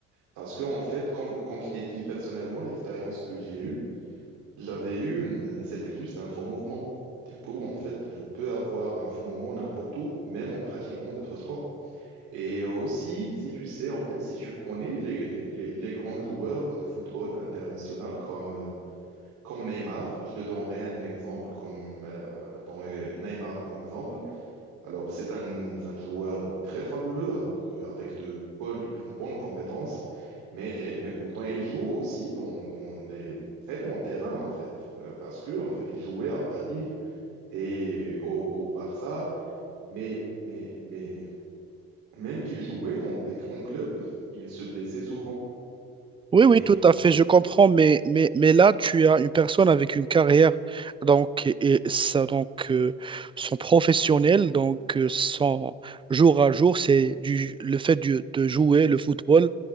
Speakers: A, on the right; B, on the right.
A: Parce que, en fait, comme, comme je t'ai dit, personnellement, l'expérience que j'ai eue, j'avais eu une, c'était juste un faux mouvement. Du coup, en fait, je peux avoir un faux mouvement n'importe où, même en pratiquant d'autres sports. Et aussi, si tu sais, en fait, si tu connais les, les, les les grands joueurs de football international comme euh, comme Neymar, je le donnerai un exemple comme euh, dans, euh, Neymar comme exemple. Alors, c'est un, c'est un joueur très fabuleux avec de, avec de bonnes, bonnes compétences, mais, mais pourtant, il joue aussi dans, dans des très bons terrains, en fait, euh, parce que, en fait, il jouait à Paris et au, au Barça, mais, mais, mais même qu'il jouait dans des grands clubs, il se blessait souvent.
B: Oui,
A: Et,
B: oui, tout à fait,
A: euh,
B: je comprends, mais, mais, mais là, tu as une personne avec une carrière, donc, et et ça, donc, euh, son professionnel, donc, euh, son jour à jour, c'est du, le fait du- de jouer le football.